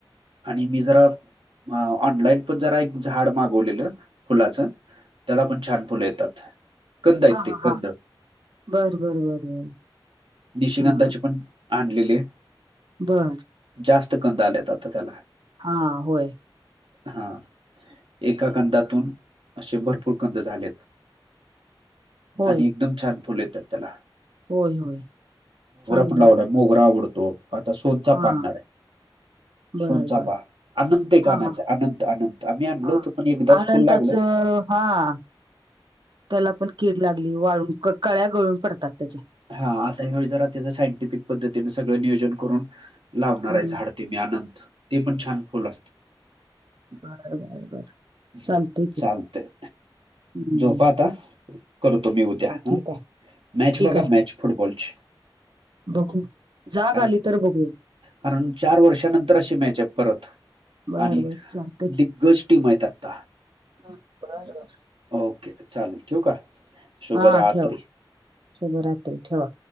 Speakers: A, on the right; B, on the right.
A: आणि मी जरा अ ऑनलाईन पण जरा एक झाड मागवलेलं फुलाचं त्याला पण छान फुलं येतात कंद आहेत
B: हा
A: ते
B: हा
A: कंद
B: हा बर बर बर बर
A: निशगंधाचे
B: हा
A: आणलेले
B: बरं
A: जास्त कंद आलेत आ त्याला
B: हा होय
A: हा एका कंदातून असे भरपूर कंद झालेत
B: होय
A: आणि एकदम छान फुल येतात त्याला
B: होय होय सांग
A: ण लावलाय मोगरा आवडतो आता सोनचाफा
B: हा
A: आनणारय
B: बर
A: सोनचापा
B: बर
A: आनंत कानायचा
B: हा हा
A: आनंत आनंत आम्ही आणलो
B: हा
A: तर पण एक दस
B: आनंदाच
A: फुल लागलं
B: हा त्याला पण कीड लागली वाळून कळ्या गळून पडतात त्याच्या
A: हा आता हवढळी जरा त्याचं सायंटिफिक पद्धतीने सगळं नियोजन करून लावणार
B: हम्म
A: आहे झाड ते मी आनंत ते पण छान फुल असत
B: बर बर बर
A: उहु
B: चालतय की
A: चालतय
B: हम्म
A: झोपा आता करतो मी उद्या हा,
B: ठीक आहे
A: मॅच
B: ठीक
A: बघा
B: आहे
A: मॅच फुटबॉलची
B: बघू, जाग
A: कारण
B: आली तर बघू
A: कारण चार वर्षानंतर अशी मॅच आय परत
B: बर
A: आणि
B: बर चालतय की
A: दिग्गज टीम आयत आत्ता
B: <unintelligible>
A: ओके चालेल ठठीक शुभ
B: हा
A: रात्री
B: ठेवा शुभरात्री ठेवा